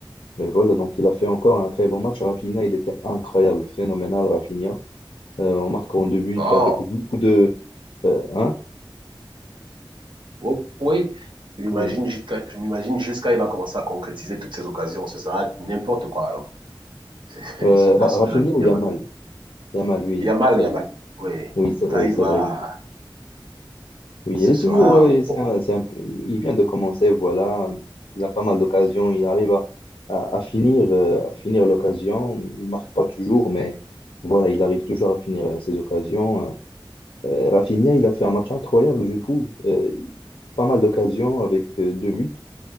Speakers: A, on the left; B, on the right.
A: Mais voilà, donc il a fait encore un très bon match. Rafinha, il était incroyable, phénoménal, Rafinha. Euh, en marquant deux buts
B: Bon,
A: avec beaucoup de... euh, hein?
B: oui, oui. Je m'imagine
A: Oui.
B: jusqu'à, je m'imagine jusqu'à il va commencer à concrétiser toutes ces occasions. Ce sera n'importe quoi, alors. <laughs> C'est-
A: Euh,
B: Ce garçon
A: Ra- Rafinha
B: de la mine
A: ou Yamal? Yamal, oui,
B: Yamal,
A: c'est
B: Yamal.
A: vrai.
B: Oui.
A: Oui, c'est
B: Quand
A: vrai,
B: il
A: c'est
B: va,
A: vrai. Oui,
B: ce
A: il est
B: sera.
A: toujours, euh, c'est un- c'est un peu- il vient de commencer, voilà, il a pas mal d'occasions, il arrive à, à- à finir, euh, à finir l'occasion, il marque pas toujours, mais voilà, il arrive toujours à finir euh, ses occasions. Euh, euh, Rafinha, il a fait un match incroyable, je trouve, Euh, pas mal d'occasions avec euh, deux buts.